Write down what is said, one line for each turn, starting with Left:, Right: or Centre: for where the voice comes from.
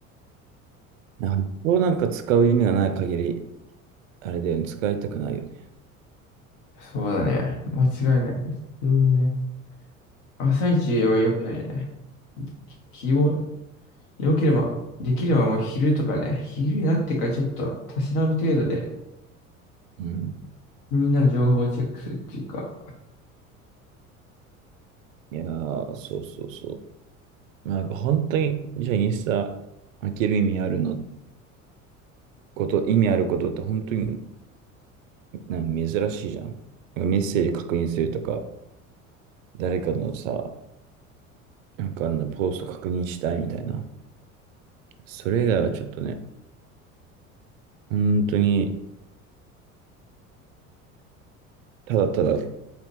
Right: なんかこうなんか使う意味がない限り、あれだよね、使いたくないよね。
Left: そうだね。間違いない。普通にね。朝一は良くないね。き気を、良ければ、できればもう昼とかね、昼になってからちょっと、たしなむ程度で、
Right: うん。
Left: みんなの情報をチェックするっていうか、
Right: いやー、そうそうそう。なんか本当に、じゃあインスタ開ける意味あるのこと、意味あることって本当になんか珍しいじゃん。なんかメッセージ確認するとか、誰かのさ、なんかあのポスト確認したいみたいな。それ以外はちょっとね、本当にただただ